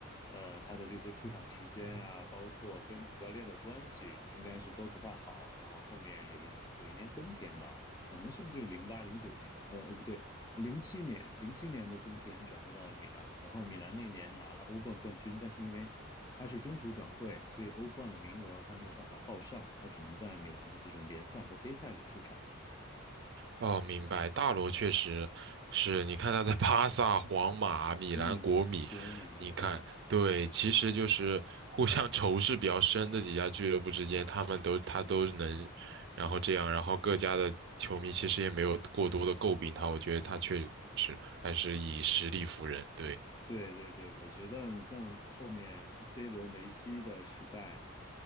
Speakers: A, on the left (about 15°); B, on the right (about 55°).
A: 呃，他的这些出场时间啊，包括跟主教练的关系，应该是都不太好。然后后面有一有一年冬天吧，可能是不是零八零九年，呃，呃不对，零七年零七年的冬天转会到了米兰，然后米兰那年拿了欧冠冠军，但是因为他是中途转会，所以欧冠的名额他没有办法报上，他只能在米兰的这种联赛和杯赛里出场。
B: 哦，明白。大罗确实是，你看他的巴萨、皇马、米兰、
A: 嗯，
B: 国米，
A: 国米，
B: 你看，
A: 对
B: 对，其实就是互相仇视比较深的几家俱乐部之间，他们都他都能，然后这样，然后各家的球迷其实也没有过多的诟病他，我觉得他确实还是以实力服人。对，
A: 对对对，我觉得你像后面 C 罗、梅西的时代，